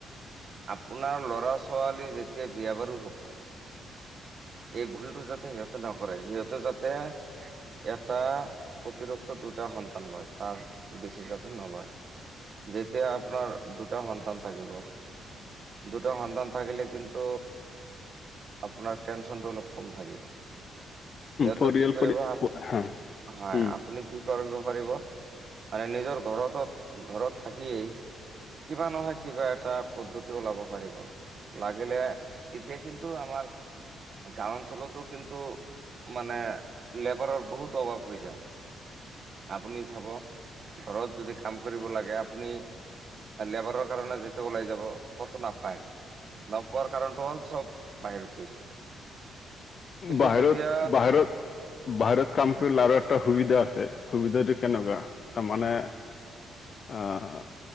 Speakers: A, on the right; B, on the left.
A: আপোনাৰ ল'ৰা ছোৱালী যেতিয়া বিয়া বাৰু হ'ব। এই ভুলটো যাতে সিহঁতে নকৰে, সিহঁতে যাতে এটা, অতিৰিক্ত দুটা সন্তান লয়, তাৰ বেছি যাতে নলয়। যেতিয়া আপোনাৰ দুটা সন্তান থাকিব। দুটা সন্তান থাকিলে, কিন্তু আপোনাৰ টেনচনটো অলপ কম থাকিব। সিহঁতক
B: পৰিয়াল
A: কি কৰিব,
B: পৰি হা
A: হয়
B: উম
A: আপুনি কি কৰিব কৰিব, মানে নিজৰ ঘৰত, ঘৰত থাকিয়েই কিবা নহয় কিবা এটা পদ্ধতি ওলাব পাৰিব, লাগিলে এতিয়া কিন্তু আমাৰ গাঁও অঞ্চলতো কিন্তু মানে, লেবাৰৰ বহুত অভাৱ হৈ যায়। আপুনি চাব, ঘৰত যদি কাম কৰিব লাগে আপুনি লেবাৰৰ কাৰণে যিটো ওলাই যাব। কতো নাপায়, নপোৱাৰ কাৰণটো হ'ল চব বাহিৰত গৈছে। কিন্তু
B: বাহিৰত,
A: যেতিয়া
B: বাহিৰত, বাহিৰত কাম
A: হয়
B: কৰি লাৰাৰ এটা সুবিধা আছে সুবিধাটো কেনেকুৱা, তাৰমানে আহ